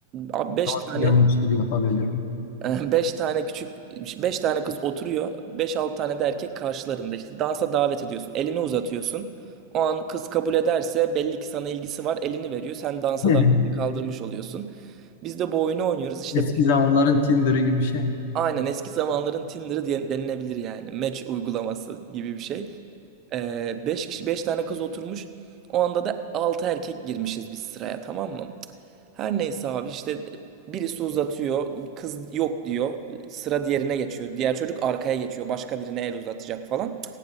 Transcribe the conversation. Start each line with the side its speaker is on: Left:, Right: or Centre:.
Right: Abi 5
Left: Ama
Right: tane
Left: biliyormuş gibi yapabilirim.
Right: <laughs> 5 tane küçük 5 tane kız oturuyor. Beş 6 tane de erkek karşılarında işte dansa davet ediyorsun. Elini uzatıyorsun. O an kız kabul ederse belli ki sana ilgisi var. Elini veriyor. Sen dansa
Left: <laughs>
Right: davet kaldırmış oluyorsun. Biz de bu oyunu oynuyoruz. İşte
Left: Eski zamanların Tinder'ı gibi bir şey mi?
Right: Aynen eski zamanların Tinder'ı diye denilebilir yani. Match uygulaması gibi bir şey. Ee, beş kişi, beş tane kız oturmuş. O anda da altı erkek girmişiz biz sıraya, tamam mı? Her neyse abi işte birisi uzatıyor, kız yok diyor, sıra diğerine geçiyor. Diğer çocuk arkaya geçiyor, başka birine el uzatacak falan.